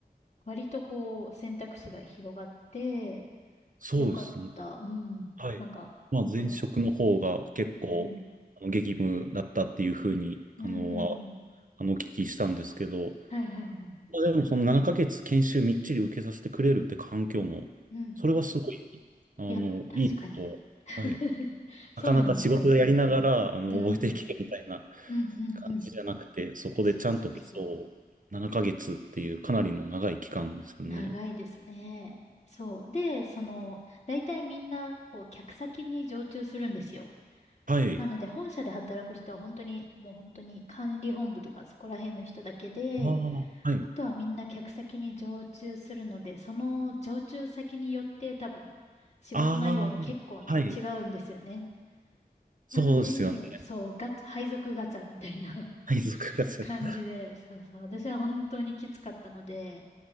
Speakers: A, on the left; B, on the right.
A: 割とこう、選択肢が広がって、
B: そうですね。
A: よかった。うん。
B: はい。
A: なんか、
B: まあ、前職の方が結構、
A: そう。うんうん。
B: あの激務だったっていうふうに、
A: うんうんうん。
B: あの、は、あの、お聞きしたんですけど、
A: はいはいはい。
B: まあでもその7ヶ月研修みっちり受けさせてくれるって環境も、
A: うん。
B: それはすごい、あの、
A: いや、確かに。
B: いいなと、
A: <laughs>
B: はい。
A: そうなんですよ。
B: なかなか仕事でやりながら、あの、
A: うん。
B: 覚えていけみたいな
A: うんうんうん。
B: 感じじゃなくて、そこでちゃんとそう、
A: そうそうそう。
B: 7ヶ月っていうかなりの長い期間ですよね。
A: 長いですね。そう。で、その、大体みんな、こう、客先に常駐するんですよ。
B: はい。
A: なので、本社で働く人は本当に、もう本当に管理本部とかそこら辺の人だけで、
B: ああ、はい。
A: あとはみんな客先に常駐するので、その常駐先によって多分仕事内容が結構ね、
B: ああ、はい。
A: 違うんですよね。
B: そうですよね。
A: なので、そう、ガチャ、配属ガチャみたいな <laughs>
B: 配属がちゃや
A: 感じで、そうそう、私は本当にきつかったので、